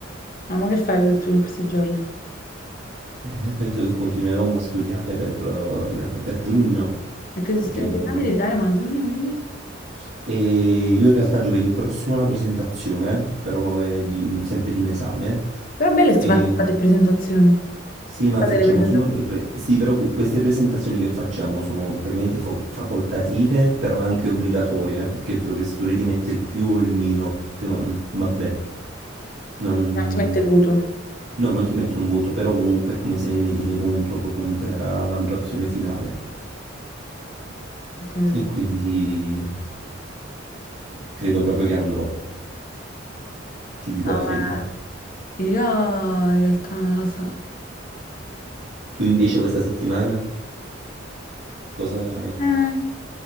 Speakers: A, on the left (about 45°); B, on the right (about 80°).
A: No, ma che fai tu in questi giorni?
B: Eh, penso che continuerò a studiare per, eh, le- per giugno,
A: E che, che
B: perché comunque...
A: esami devi dare, ma a giugno quindi?
B: E io in realtà giovedì prossimo ho una presentazione, però è di- sempre di un esame,
A: Però belle ste
B: e
A: fate, fate presentazioni.
B: sì,
A: Che
B: ma
A: fate
B: facciamo
A: le presentazioni?
B: solo pre- pre- sì, però que- queste presentazioni che facciamo sono praticamente fo- facoltative, però anche obbligatorie, eh, perché il professore ti mette il più o il meno, cioè, ma, vabbè, non...
A: Non ti mette il voto. Ho
B: no, non ti mette un voto, però comunque è come se ne tiene conto, poi comunque nella valutazione finale.
A: capito.
B: E quindi credo proprio che andrò, ti dico
A: No,
B: la
A: ma
B: verità.
A: io in realtà non lo so.
B: Tu invece questa settimana cosa farai?
A: Eh.